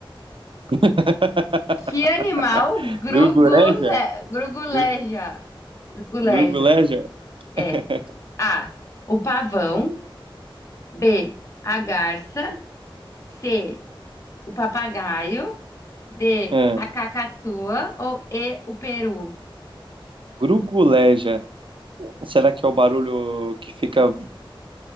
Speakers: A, on the right; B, on the left.
A: <laughs>
B: Que animal grugule...
A: Gruguleja?
B: gruguleja?
A: Gru-
B: Gruguleja.
A: Gruguleja?
B: É.
A: <laughs>
B: A. O pavão. B. A garça. C. O papagaio. D,
A: Hum,
B: a cacatua ou E, o peru?
A: Gruguleja. Será que é o barulho que fica.